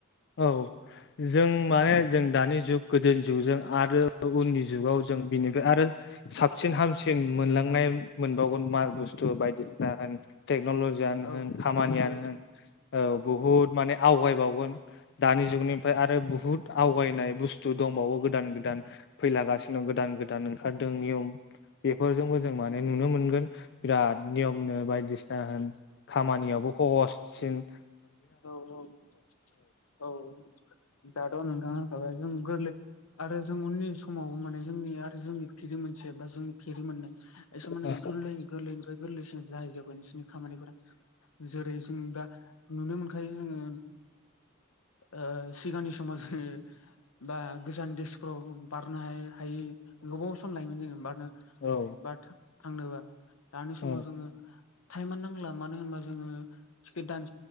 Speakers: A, on the left (about 55°); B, on the left (about 85°).
A: औ जों माने जों दानि जुग गोदोनि जुगजों आरो उननि जुगाव जों बेनिफ्राय आरो साबसिन हामसिन जों मोनलांनाय मोनबावगोन माल बुस्थु बायदिसिना। टेक्न'ल'जियानो
B: औ
A: होन खामानियानो
B: टेक्न'लजि
A: होन। औ बुहुद माने आवगायबावगोन दानि जुगनिफ्राय
B: औ
A: आरो बुहुत आवगायनाय बुस्थु दंबावो गोदान गोदान फैलागासिनो दं गोदान गोदान ओंखारदों। बेफोरजोंबो
B: उम
A: जों माने नुनो मोनो बिराद नियमनो बायदिसिना होन खामानियावबो सहससिन।
B: औ औ औ दाथ'नोंथां होनखाबायानो गोरलै आरो जों उननि समावबो माने जोंनि आरो जोंनि फिरि मोनसे बा जोंनि फिरि मोननै। एसे माने
A: औ
B: गोरलै गोरलैनिफ्राय गोरलैसिन जाहैजोबगोन बिसोरनि खामानिफोरा। जेरै जों दा नुनो मोनखायो जोङो ओं सिगांनि समाव जोङो। बा गोजान देसफोराव बारनो हायि गोबाव सम लायोमोन जोङो बारनो
A: औ
B: बा थांनोबा दानि समाव
A: औ
B: जोङो टाइमानो नांला मानो होनबा जोङो टिकेट दान